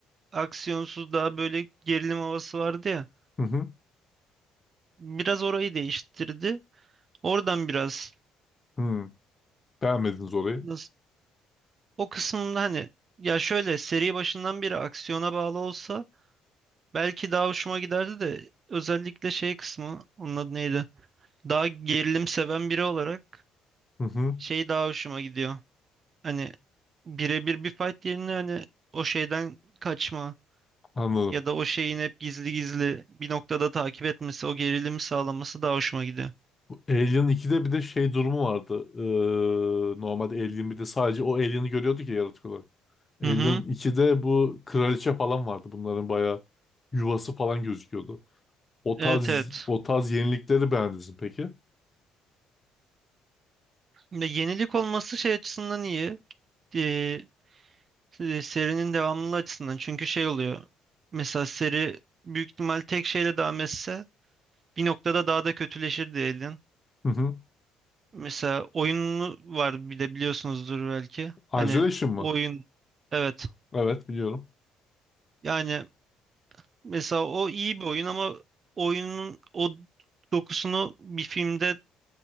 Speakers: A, on the right; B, on the left.
A: aksiyonsuz daha böyle gerilim havası vardı ya.
B: hı.
A: Biraz orayı değiştirdi. Oradan biraz
B: Hı. Beğenmediniz orayı.
A: nasıl o kısmında hani ya şöyle seri başından beri aksiyona bağlı olsa belki daha hoşuma giderdi de özellikle şey kısmı onun adı neydi? Daha gerilim seven biri olarak
B: Hı hı.
A: şey daha hoşuma gidiyor. Hani birebir bir fight yerine hani o şeyden kaçma
B: Anladım.
A: ya da o şeyin hep gizli gizli bir noktada takip etmesi, o gerilimi sağlaması daha hoşuma gidiyor.
B: Bu Alien 2'de bir de şey durumu vardı. Ee, normalde Alien 1'de sadece o Alien'i görüyorduk ya yaratık olarak. Alien
A: Hı hı.
B: 2'de bu kraliçe falan vardı. Bunların bayağı yuvası falan gözüküyordu. O
A: Evet
B: tarz,
A: evet.
B: o tarz yenilikleri beğendiniz mi peki?
A: Ya yenilik olması şey açısından iyi. Ee, e, serinin devamlılığı açısından. Çünkü şey oluyor. Mesela seri büyük ihtimal tek şeyle devam etse bir noktada daha da kötüleşir diyelim.
B: Hı hı.
A: Mesela oyunu var bir de biliyorsunuzdur belki.
B: Isolation
A: Hani
B: mı?
A: oyun evet.
B: Evet biliyorum.
A: Yani mesela o iyi bir oyun ama oyunun o dokusunu bir filmde